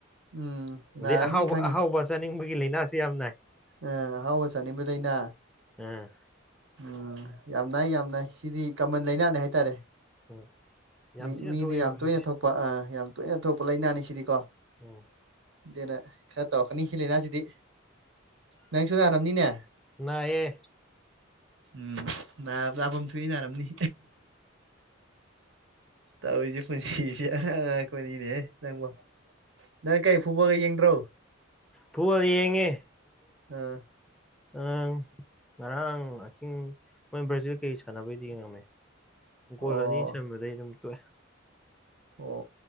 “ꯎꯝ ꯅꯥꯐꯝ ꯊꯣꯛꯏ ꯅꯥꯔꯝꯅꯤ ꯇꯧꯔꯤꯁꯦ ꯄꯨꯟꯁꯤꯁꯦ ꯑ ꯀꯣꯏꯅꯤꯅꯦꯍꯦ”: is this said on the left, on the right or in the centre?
Right